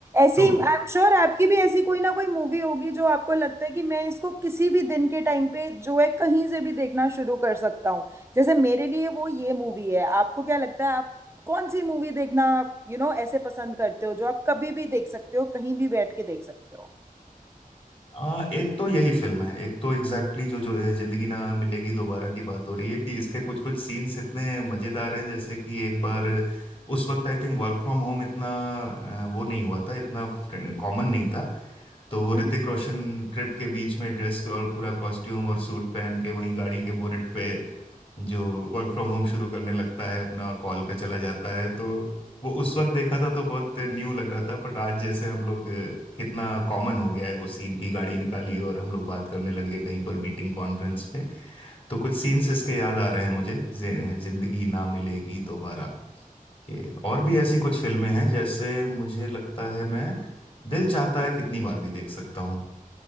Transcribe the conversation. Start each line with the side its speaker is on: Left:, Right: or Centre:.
Right: ऐसी
Left: तो
Right: आई एम श्योर आपकी भी ऐसी कोई ना कोई मूवी होगी जो आपको लगता है कि मैं इसको किसी भी दिन के टाइम पे जो है कहीं से भी देखना शुरू कर सकता हूँ जैसे मेरे लिए वो ये मूवी है आपको क्या लगता है आप कौन सी मूवी देखना यू नो ऐसे पसंद करते हो जो आप कभी भी देख सकते हो कहीं भी बैठ के देख सकते हो
Left: आ, एक तो यही फिल्म है एक तो एग्जैक्टली exactly जो जो है, जिंदगी ना मिलेगी दोबारा की बात हो रही है कि इसके कुछ कुछ सीन्स इतने मजेदार हैं जैसे कि एक बार उस वक्त I think work from home इतना अ, वो नहीं हुआ था इतना कॉमन नहीं था तो वो
Right: हम्म,
Left: ऋतिक रोशन ट्रिप के बीच में ड्रेस और पूरा कॉस्ट्यूम और सूट पहन के वहीं गाड़ी के बोनेट पे जो वर्क फ्रॉम होम शुरू करने लगता है अपना कॉल पे चला जाता है तो वो उस वक्त देखा था तो बहुत न्यू लग रहा था बट आज जैसे हम लोग अ, कितना कॉमन हो गया है वो सीन की गाड़ी निकाली और हम लोग बात करने लगे कहीं पर मीटिंग कॉन्फ्रेंस में तो कुछ सीन्स इसके याद आ रहे हैं मुझे जे- जिंदगी ना मिलेगी दोबारा के और भी ऐसी कुछ फिल्में हैं जैसे मुझे लगता है मैं दिल चाहता है कितनी बार भी देख सकता हूँ